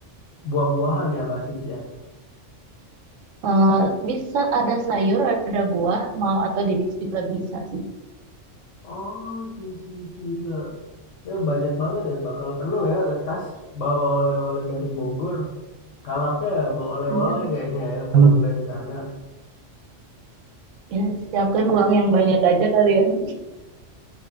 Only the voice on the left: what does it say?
buah-buahan ya basisnya.
Oh, si si si juga. Ya banyak banget ya, bakal penuh ya ke tas bawa oleh-oleh dari Bogor. Kalapnya bawa oleh-oleh
kayaknya ya pulang
dari sana.